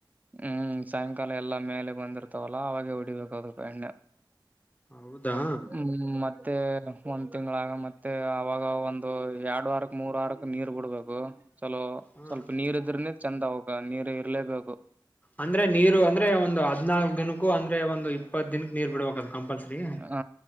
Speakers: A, on the right (about 20°); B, on the left (about 20°).
A: ಹ್ಮ್ ಸಾಯಂಕಾಲ ಎಲ್ಲ ಮೇಲೆ ಬಂದಿರ್ತಾವಲ್ಲ ಅವಾಗೆ ಹೊಡಿಬೇಕ ಅದಕ್ ಎಣ್ಣೆ
B: ಹೌದಾ
A: ಹ್ಮ್ ಮತ್ತೆನೆ.. ಒಂದ್ ತಿಂಗಗಳಾಗ ಮತ್ತೆ ಅವಾಗ ಒಂದು ಎರಡು ವಾರಕ್ ಮೂರ್ ವಾರಕ್ ನೀರ್ ಬಿಡ್ಬೇಕು ಹಲೋ
B: ಹ
A: ಸ್ವಲ್ಪ ನೀರ್ ಇದ್ರನ ಚೆಂದ ಅವಕ ನೀರ್ ಇರ್ಲೇಬೇಕು
B: ಅಂದ್ರೆ ನೀರು ಅಂದ್ರೆ ಒಂದು ಹದ್ನಾಲ್ಕ್ ದಿನಕ್ಕೂ ಅಂದ್ರೆ ಒಂದು ಇಪ್ಪತ್ ದಿನಕ್ಕ ನೀರ್ ಬಿಡ್ಬೇಕ ಕಂಪಲ್ಸರಿ
A: ಹ